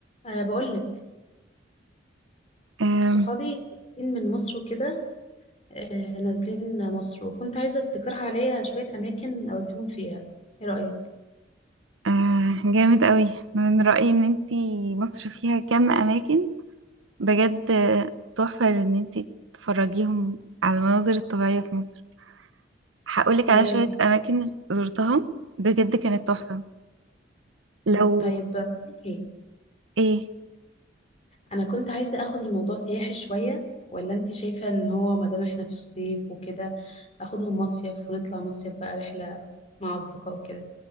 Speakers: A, on the left; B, on the right.
A: أه بقول لك
B: آم،
A: صحابي جايين من مصر وكده أه نازلين مصر وكنت عايزة تقترح عليا شوية أماكن أوديهم فيها إيه رأيك؟
B: آه، جامد قوي من رأيي ان انتي مصر فيها كم اماكن بجد آه، تحفة ان انتي تفرجيهم على المناظر الطبيعية في مصر هقولك
A: طيب
B: على شوية اماكن زرتها بجد كانت تحفة لو
A: م- طيب بقول لك إيه
B: ايه
A: أنا كنت عايزة أخد الموضوع سياحي شوية ولا أنت شايفة إن هو مادام إحنا في الصيف وكده أخدهم مصيف ونطلع مصيف بقى رحلة مع أصدقاء وكده